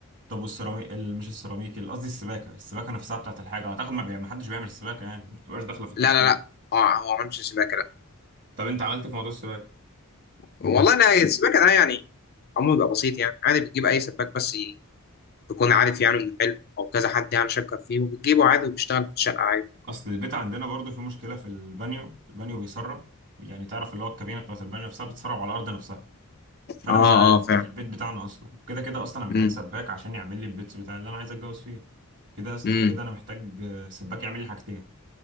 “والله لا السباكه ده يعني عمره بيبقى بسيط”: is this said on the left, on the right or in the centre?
Left